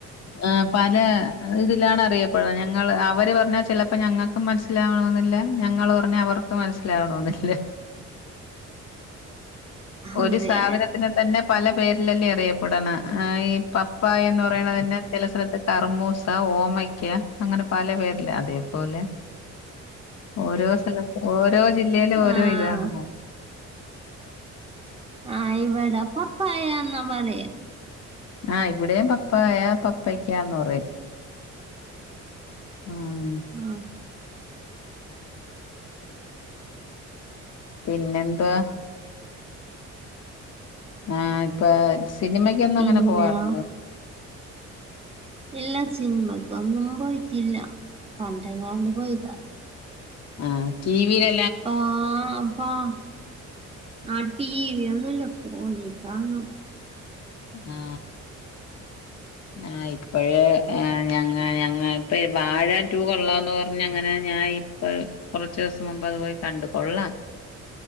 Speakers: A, on the left; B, on the right.
A: ആ പല ഇതിലാണ് അറിയപ്പെടുന്നത് ഞങ്ങൾ അവര് പറഞ്ഞാ ചിലപ്പോ ഞങ്ങൾക്കും മനസ്സിലാവണെന്നില്ല ഞങ്ങൾ പറഞ്ഞാ അവർക്കും മനസിലാവണെന്നില്ല ഒരു
B: അതെ
A: സാധനത്തിനന് തന്നെ പല പേരിലല്ലേ അറിയപ്പെടണം ഈ പപ്പായ എന്ന് പറയണ തന്നെ അത്ത് കറുമൂസ ഓമയ്ക്ക അങ്ങനെ പല പേരിലേ അതെ പോലെ ഓരോ സ്ഥലത്ത് ഓരോ ജില്ലയിലും ഓരോ
B: ആഹ്
A: ഇതാണ്
B: ആ ഇ ഇവട പപ്പായ പറയാ
A: ആ ഇവിടെയും പപ്പായ പപ്പക്കാന്ന് പറയും ഉം
B: ആ
A: പിന്നെന്തുവാ ആ ഇപ്പൊ സിനിമക്കൊന്നങ്ങനെ
B: പിന്നെ
A: പോവാറുണ്ടൊ
B: ഇല്ലാ സിനിമക്കൊന്നും പോയിട്ടില്ല പണ്ടങ്ങാണ്ട് പോയിതാ
A: ആ ടിവിലൊ
B: <unintelligible> ടി വി ഒന്നുംല്ല ഫോണിൽ കാണും
A: ആ ആ ഇപ്പഴേ ഞങ്ങ ഞങ്ങ ഇപ്പ വാഴ ടു കൊള്ളാംന്ന് പറഞ്ഞ അങ്ങനെ ഞാ ഇപ്പ കുറച്ചു ദിവസം മുമ്പ് അതു പോയി കണ്ടു കൊള്ളാം